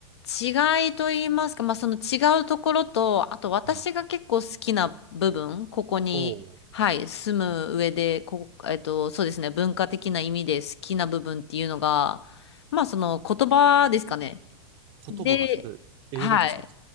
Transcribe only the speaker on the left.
違いと言いますか、まあ、その違うところと、あと私が結構好きな部分、
ここに、
はい、住む上で、ここ、えっと、そうですね、文化的な意味で好きな部分っていうのが、まあ、その言葉ですかね。
で、
はい。